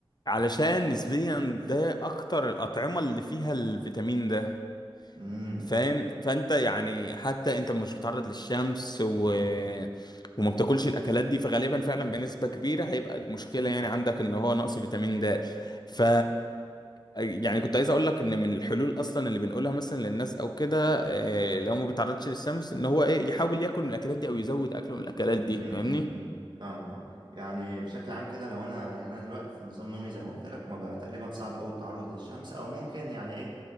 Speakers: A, on the left (about 50°); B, on the right (about 55°).
A: علشان نسبيا ده اكتر الاطعمه اللي فيها الفيتامين ده
B: امم
A: فاهم فانت يعني حتى انت مش متعرض للشمس و... وما بتاكلش الاكلات دي فغالبا فعلا بنسبه كبيره هيبقى المشكله يعني عندك ان هو نقص فيتامين د ف يعني كنت عايز اقول لك ان من الحلول اصلا اللي بنقولها مثلا للناس او كده آه، لو ما بيتعرضش للشمس ان هو ايه يحاول ياكل من الاكلات دي او يزود اكله من الاكلات دي
B: امم
A: فاهمني
B: فاهمك فاهم يعني بشكل عام كده لو أنا يعني أنا دلوقتي نظام نومي زي ما قلت لك ما بقى تقريبا صعب أوي التعرض للشمس أو ممكن يعني إيه